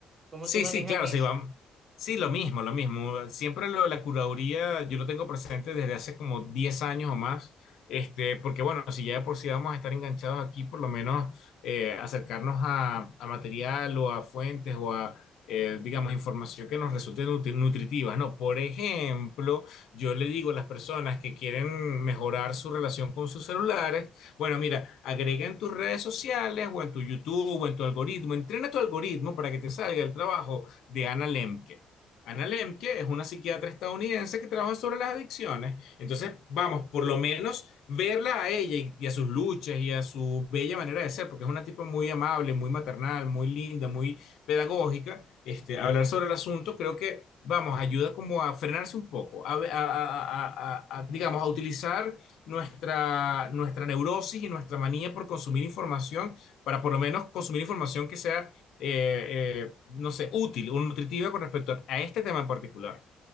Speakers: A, on the right; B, on the left.
A: ¿Cómo
B: Sí,
A: tú manejas
B: sí, claro,
A: eso?
B: sí, vamos. Sí, lo mismo, lo mismo. Siempre lo de la curaduría yo lo tengo presente desde hace como 10 años o más. Este, porque bueno, si ya de por sí vamos a estar enganchados aquí, por lo menos eh, acercarnos a, a material o a fuentes o a, eh, digamos, información que nos resulte nutri- nutritiva, ¿no? Por ejemplo, yo le digo a las personas que quieren mejorar su relación con sus celulares, bueno, mira, agrega en tus redes sociales o en tu YouTube o en tu algoritmo. Entrena tu algoritmo para que te salga el trabajo de Anna Lemke. Anna Lemke es una psiquiatra estadounidense que trabaja sobre las adicciones. Entonces, vamos, por lo menos verla a ella y, y a sus luchas y a su bella manera de ser, porque es una tipa muy amable, muy maternal, muy linda, muy pedagógica. Este, hablar sobre el asunto creo que, vamos, ayuda como a frenarse un poco, a- a- a- a- a, digamos, a utilizar nuestra, nuestra neurosis y nuestra manía por consumir información, para por lo menos consumir información que sea, eh, eh, no sé, útil o nutritiva con respecto a, a este tema en particular.